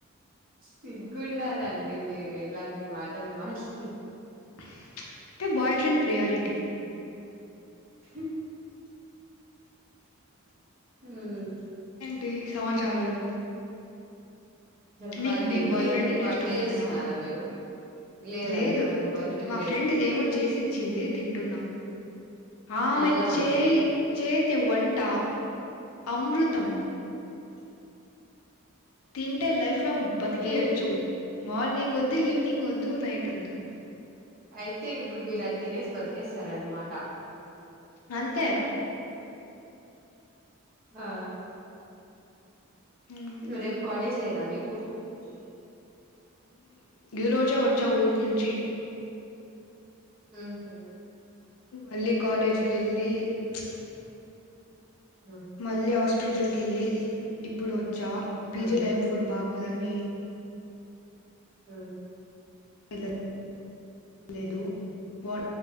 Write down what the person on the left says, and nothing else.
ప్చ్ టే బాయ్ ఫ్రెండ్ ప్రియారిటీ
టి సమాచారాలు
మీకు మీ బాయ్
ఫ్రెండ్ అంటే
ఇష్టం
ఉండదా,
లేదు
మా
ఫ్రెండ్ ఇది ఏమో చేసి ఇచ్చింది తింటున్నా ఆమె
చేయి
చేతి వంట, అమృతం తింటే లైఫ్ ఫ్లం బతికేయెచ్చు
మార్నింగ్ వద్దు ఈవెనింగ్ వద్దు నైట్ వద్దు
అంతే
ఉమ్,
ఈరోజే వచ్చ ఊరు నుంచి
మళ్లీ కాలేజ్ కెళ్లి ప్చ్
మళ్ళీ హాస్ స్పిటల్ కెళ్ళి ఇప్పుడు చా పీజి
లైమ్ ఫుడ్ బాగోదమీ
వెల్లా లేదు వా